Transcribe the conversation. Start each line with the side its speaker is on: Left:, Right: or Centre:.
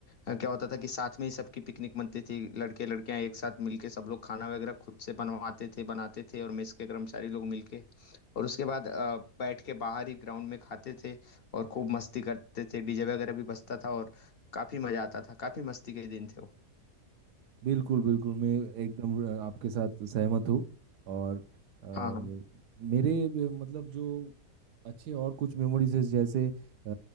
Left: अ, क्या होता था कि साथ में ही सबकी पिकनिक बनती थी लड़के लड़कियाँ एक साथ मिलके सब लोग खाना वगैरह खुद से बनवाते थे बनाते थे और मेस के कर्मचारी लोग मिलके और उसके बाद अ, बैठ के बाहर ही ग्राउंड में खाते थे और खूब मस्ती करते थे डीजे वगैरह भी बजता था और काफ़ी मज़ा आता था काफ़ी मस्ती के दिन थे वो
Right: बिल्कुल बिल्कुल मैं एकदम अ, आपके साथ सहमत हूँ और अ,
Left: हाँ हाँ
Right: मेरे वे- मतलब जो अच्छे और कुछ मेमोरीज है जैसे अ,